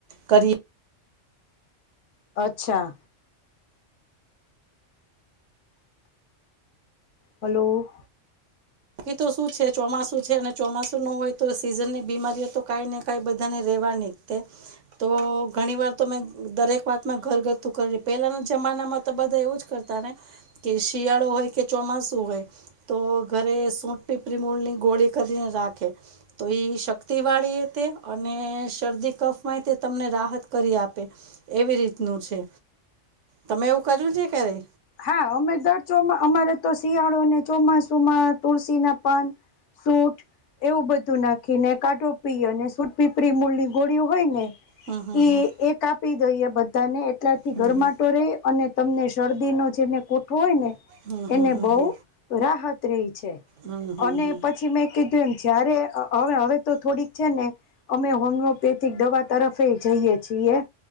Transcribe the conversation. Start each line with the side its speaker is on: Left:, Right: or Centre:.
Right: કરીએ.
Left: અચ્છા. હલો.
Right: તો શું છે ચોમાસુ છે અને ચોમાસુ ન હોય તો સીઝન ની બીમારીઓ તો કઈને ક બધા તો ઘણી વાર તો મે દરેક વાતમાં ઘરગથતું કરી પેલા. જમાનામાં તો બધા એવું જ કરતા ને કે શિયાળો હોય કે ચોમાસુ હોય તો. ઘરે સૂટ પીપી મૂળની ગોળી કરીને રાખે તો શક્તિ વાળી એ તે અને. ને શરદી કફ હોય તમને રાહત કરી આપે એવી રીતનું છે. તમે એવું કર્યું છે ક્યારે.
Left: હા અમે દર ચોમા અમારે તો શિયાળોને ચોમાસુમાં તુલસી ના પાન સૂટ એવું બધું નાખીને કાઢોપી અને સૂટ પીપરી મૂળની ગોળીઓ હોય ને.
Right: હમ હમ
Left: એ એક આપી દઈએ બધાને એટલાથી
Right: હમ
Left: ગરમાટો રહી અને તમને શરદી. દીનો જેને કોઠો હોય ને.
Right: હમ
Left: એને
Right: હમ
Left: બહ
Right: હમ હમ હમ
Left: રાહત રહી છે
Right: હમ હમ
Left: અને
Right: હમ
Left: પછી મેં કીધું એમ જ્યારે હવે હવે તો થોડીક છે, ને અમે હોમિયોપેથિક દવા તરફે જઈએ છીએ